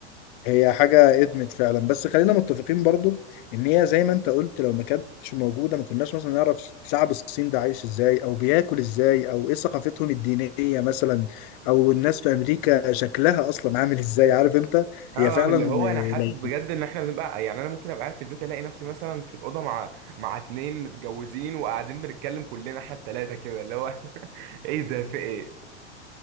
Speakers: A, on the left (about 50°); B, on the right (about 55°).
A: هي حاجة ادمت فعلا بس خلينا متفقين برضو ان هي زي ما انت قلت لو ما كانتش موجودة ما كناش مثلا نعرف شعب الصين ده عايش ازاي او بياكل ازاي او ايه ثقافتهم الدينية مثلا او الناس في امريكا شكلها اصلا عامل ازاي عارف انت
B: اه
A: هي فعلا
B: اللي هو
A: آه،
B: انا حاسس بجد
A: لو
B: ان احنا بنبقى يعني انا ممكن ابقى قاعد في البيت الاقي نفسي مثلا في الاوضه مع مع اتنين متجوزين وقاعدين بنتكلم كلنا احنا التلاته كده اللي هو <laughs> ايه ده في ايه